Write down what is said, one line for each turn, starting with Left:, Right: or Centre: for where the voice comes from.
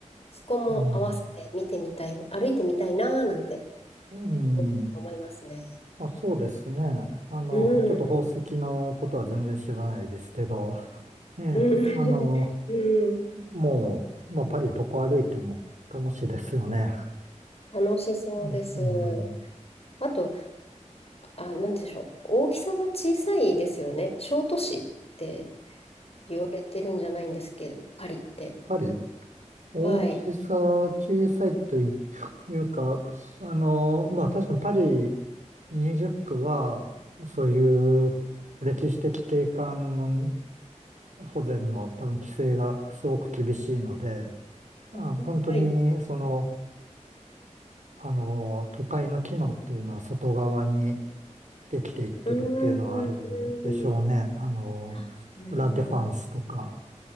Left: そこも合わせて見てみたい、
Right: うん、
Left: 歩いてみたいなーなんて
Right: うん、
Left: 思思いますね。
Right: あ、そうですね。あの、
Left: うん。
Right: ちょっと宝石のことは全然知らないですけど、ねえ、
Left: う
Right: あの、
Left: ん。<laughs> うん
Right: もう、もうパリどこ歩いても楽しいですよね。
Left: 楽しそうです。
Right: うん、うん、ん
Left: あと、あ、なんて言うんでしょう。大きさが小さいですよね。小都市って言われてるんじゃないんですけど、パリって。
Right: パリ大きさ、
Left: はい。
Right: 小さいというか、あの、まあ確かにパリ20区は、そういう歴史的景観の保全の多分規制がすごく厳しいので、あ、
Left: あ
Right: 本当にその、
Left: はい
Right: あの、都会の機能っていうのは外側にできていってるっていうのはあるでしょうね。
Left: うーん。
Right: あの、
Left: あ、なるほど。
Right: ラ・デファンスとか。